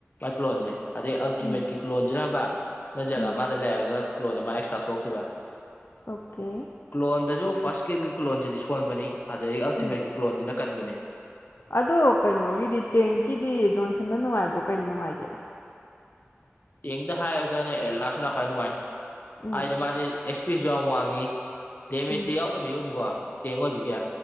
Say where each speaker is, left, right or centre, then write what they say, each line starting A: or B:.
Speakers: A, on the left; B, on the left.
A: ꯑꯩ ꯀꯂꯣꯟꯁꯦ ꯑꯗꯩ ꯑꯜꯇꯤꯃꯦꯠꯀꯤ
B: ꯎꯝ
A: ꯀꯣꯟꯁꯤꯅ ꯍꯕ ꯅ ꯖꯔꯒ
B: ꯎꯝ
A: ꯃꯥꯗ ꯂꯩꯔꯒ ꯀꯂꯣꯟ ꯑꯃ ꯑꯦꯛꯁꯇ꯭ꯔꯥ ꯊꯣꯛ
B: ꯑꯣꯀꯦ
A: ꯀꯂꯣꯟꯗꯁꯨ ꯐꯥꯔꯁ ꯀꯦꯀꯤ ꯀꯂꯣꯟꯁꯤꯗꯤ ꯁꯣꯟꯕꯅꯤ ꯑꯗꯩ ꯑꯜꯇꯤꯃꯦꯠꯀꯤ
B: ꯎꯝ
A: ꯀꯂꯣꯟꯁꯤꯅ ꯀꯟꯕꯅꯦ
B: ꯑꯗꯣ ꯀꯩꯅꯣꯒꯤꯗꯤ ꯇꯦꯡꯀꯤꯗꯤ ꯖꯣꯟꯁꯟꯗ ꯅꯨꯡꯉꯥꯏꯕ꯭ꯔꯣ ꯀꯩꯅ ꯅꯨꯡꯉꯥꯏꯒꯦ
A: ꯇꯦꯡꯗ ꯍꯥꯏꯔꯒꯅ ꯑꯦ ꯂꯥꯁꯁꯨ ꯂꯥꯏ ꯅꯨꯡꯉꯥꯏ
B: ꯎꯝ
A: ꯍꯥꯏꯗꯤ ꯃꯥꯁꯦ ꯑꯦꯁ ꯄꯤ ꯁꯨ ꯌꯥꯝ ꯋꯥꯡꯉꯤ ꯗꯦꯃꯦꯖꯇꯤ
B: ꯎꯝ
A: ꯌꯥꯎꯗꯕ ꯌꯔꯨꯅꯤꯀꯣꯇꯦꯡ ꯑꯣꯏꯕꯒꯤ